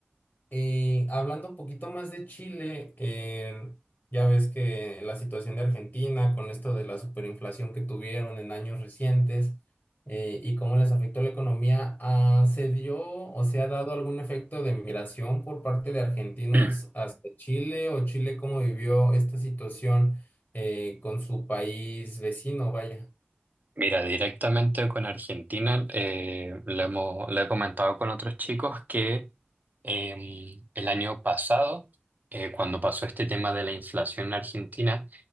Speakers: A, on the left; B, on the right.
A: Y hablando un poquito más de Chile, eh, ya ves que la situación de Argentina con esto de la superinflación que tuvieron en años recientes eh, y cómo les afectó la economía, ah, ¿se dio o se ha dado algún efecto de migración por parte de argentinos
B: <clears throat>
A: hacia Chile o Chile cómo vivió esta situación eh, con su país vecino? Vaya.
B: Mira, directamente con Argentina, eh, lo hemos, lo he comentado con otros chicos que eh, el año pasado, eh, cuando pasó este tema de la inflación en Argentina,